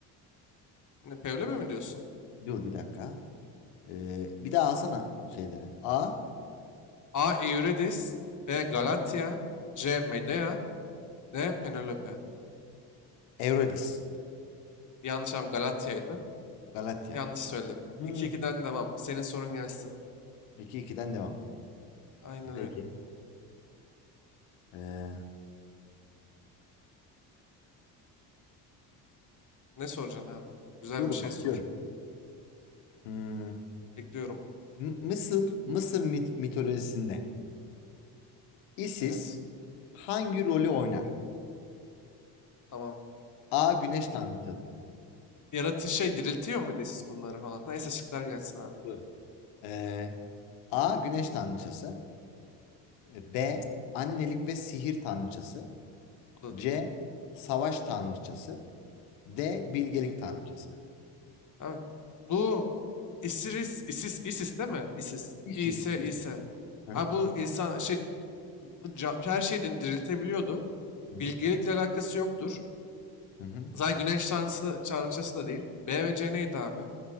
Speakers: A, on the left; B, on the left.
A: Ne, Penelope mi diyorsun?
B: Dur bir dakika. Ee, bir daha alsana şeyleri. A.
A: A. Eurydice B. Galatya C. Medea D. Penelope
B: Eurydice.
A: Yanlış abi Galatya'ydı.
B: Galatya.
A: Yanlış söyledin.
B: Hmm.
A: 2 ikiden devam. Senin sorun gelsin.
B: 2-2'den devam.
A: Aynen
B: Peki.
A: öyle.
B: Ee,
A: Ne soracaksın abi? Güzel
B: dur
A: bir şey
B: bakıyorum.
A: sor.
B: Hmm.
A: Bekliyorum.
B: M- Mısır, Mısır mit mitolojisinde Isis
A: Evet.
B: hangi rolü oynar?
A: Tamam.
B: A. Güneş tanrıçası.
A: Yaratı şey diriltiyor muydu siz bunları falan? Neyse şıklar gelsin abi.
B: Dur. Ee, A. Güneş tanrıçası. Ee, B. Annelik ve sihir tanrıçası.
A: Bu da
B: C.
A: değil.
B: Savaş tanrıçası. D. Bilgelik
A: Değil.
B: tanrıçası.
A: Abi, bu ISIS, ISIS, ISIS değil mi? ISIS.
B: İsis.
A: İse,
B: İsis.
A: İse.
B: Hı
A: Abi
B: hı.
A: bu insan şey bu ca- her şeyden diriltebiliyordu.
B: Hı hı.
A: Bilgelikle alakası yoktur.
B: Hı hı.
A: Zaten güneş tanrısı da- tanrıçası da değil. B ve C neydi abi?